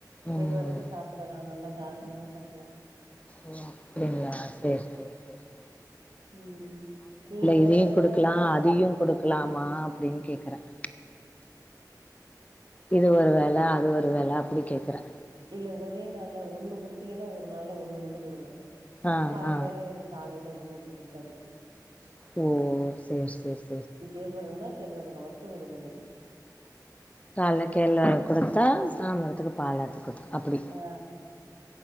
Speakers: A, on the left; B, on the right.
A: ம்.
B: கேழ்வரகு சாப் ப்படலா நல்லா தாராளமா சாப்பிலா
A: ஓ அப்டிங்களா சேரி சேரி சேரி சே
B: ம் நீங்க வேற
A: இதையும்
B: வேற
A: குடுக்கலாம்,
B: எதா அரச்சு
A: அதையும்
B: குடுக்குறீங்ளா
A: குடுக்கலாமா
B: தோழி
A: அப்டின்னு கேக்குறேன். இது ஒரு
B: இல்ல
A: வேல அது ஒரு வேல அப்டி கேக்கறே
B: இல்ல ஒரே நாள்ல ஒண்ணு குடுத்தீங்கன்னா ஒரு நாள்ல ஒண்ணு மட்டு குடுங்க
A: ஆ,
B: சாய்ந்தறோ
A: ஆ.
B: எது காலைல எதுமே ஊத்தி குடுக்காீங்க
A: ஓ சேரி சேரி சே
B: கேழ்வறகுன்னா கேழவரக மட்டு குடுங்க இன்னைக்
A: காலல கேள் வரகு
B: மாத்து
A: குடுத்தா சாயந்தரத்துக்கு பால் ஆத்தி குத் அப்புடி
B: ஆ